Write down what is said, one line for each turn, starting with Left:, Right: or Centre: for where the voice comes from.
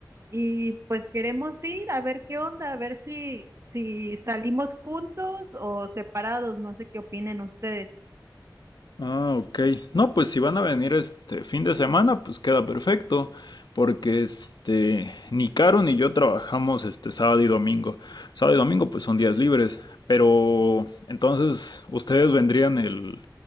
Right: Y pues queremos ir a ver qué onda, a ver si, si salimos juntos o separados, no sé qué opinen ustedes.
Left: Ah, ok. No, pues si van a venir este fin de semana, pues queda perfecto, porque este ni Caro ni yo trabajamos este sábado y domingo. Sábado y domingo pues son días libres, pero entonces ustedes vendrían el